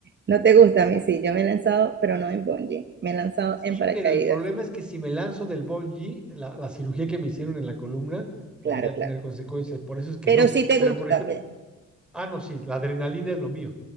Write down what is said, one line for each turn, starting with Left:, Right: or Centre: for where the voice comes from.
Right: No te gusta a mí, sí. Yo me he lanzado, pero no en bungee. Me he lanzado
Centre: Sí,
Right: en paracaídas.
Centre: pero el problema es que si me lanzo del bungee, la, la cirugía que me hicieron en la columna podría
Right: Claro,
Centre: tener
Right: claro.
Centre: consecuencias, por eso es que
Right: Pero
Centre: no.
Right: sí te
Centre: Pero,
Right: gusta.
Centre: por ejemplo,
Right: te-
Centre: ah, no, sí, la adrenalina es lo mío,